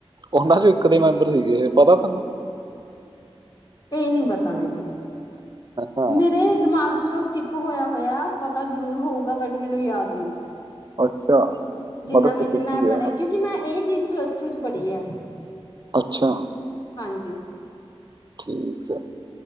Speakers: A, on the right; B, on the left.
A: ਉਹਨਾਂ 'ਚ ਇੱਕ ਦੇ ਮੈਂਬਰ ਸੀਗੇ, ਪਤਾ ਤੈਨੂੰ?
B: ਇਹ ਨਹੀਂ ਪਤਾ ਮੈਨੂੰ।
A: ਹਾਂ
B: ਮੇਰੇ ਦਿਮਾਗ ਚੋ ਸਕੀ ਹੋਇਆ, ਹੋਇਆ ਪਤਾ ਜ਼ਰੂਰ ਹੋਊਗਾ, ਬਟ ਮੈਨੂੰ ਯਾਦ ਨਹੀਂ।
A: ਅੱਛਾ।
B: ਜਿੰਨਾ
A: ਮਤਲਬ ਸਿਕਿਉਰਿਟੀ
B: ਵੀਨ ਮੈਂ
A: ਆ
B: ਪੜ੍ਹਿਆ, ਕਿਉਂਕਿ ਮੈਂ ਇਹ ਚੀਜ਼ ਪਲੱਸ ਟੂ 'ਚ ਪੜ੍ਹੀ ਹੈ।
A: ਅੱਛਾ।
B: ਹਾਂਜੀ।
A: ਠੀਕ ਹੈ,